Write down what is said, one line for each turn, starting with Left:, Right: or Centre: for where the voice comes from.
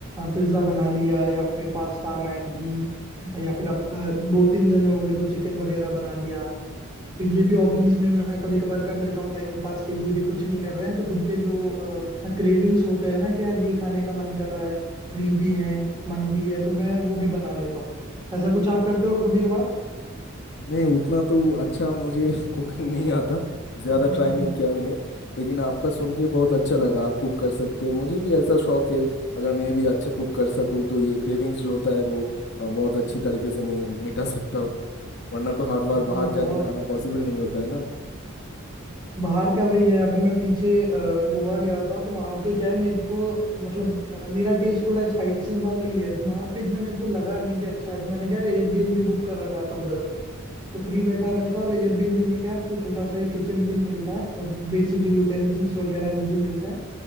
Right: पिज्जा बना लिया या फिर पास्ता मैगी या फिर आप अ, दो तीन जने हो गए तो चिकन वगैरह बना लिया तो ये भी हॉबीज में मैं कभी कभार कर लेता हूँ टाइम पास के लिए कि कुछ नहीं कर रहे हैं तो खुद के जो क्रेविंग्स होते हैं ना कि यार ये खाने का मन कर रहा है फ्री भी है मन भी है तो मैं वो भी बना लेता हूँ ऐसा कुछ आप करते हो कभी कभार
Left: नहीं उतना तो अच्छा मुझे <laughs> कुकिंग नहीं आता ज़्यादा
Right: <laughs>
Left: ट्राई नहीं किया मैंने लेकिन आपका सुन के बहुत अच्छा लगा आप कुक कर सकते हैं मुझे भी ऐसा शौक है अगर मैं भी अच्छा कुक कर सकूँ तो ये क्रेविंग्स जो होता है वो अ, बहुत अच्छी तरीके से मैं मिटा सकता हूँ वरना तो हर बार बाहर
Right: वो
Left: जाके
Right: बहुत
Left: खाना पॉसिबल नहीं होता है ना
Right: बाहर का वही है अभी मैं पीछे अ, गोवा गया था तो वहां पे क्या है मेरे को मतलब अ, मेरा टेस्ट थोड़ा स्पाइसेस वाला ही है तो वहां पे इतना मेरे को लगा नहीं कि अच्छा है तो मैंने क्या एयरबीएनबी बुक कर रखा था उधर तो फ्री बैठा रहता है और एयरबीएनबी में क्या है आपको छोटा सा एक किचन भी मिलता है और बेसिक जो यूटेंसिल्स वगैरह हैं वो भी मिलते हैं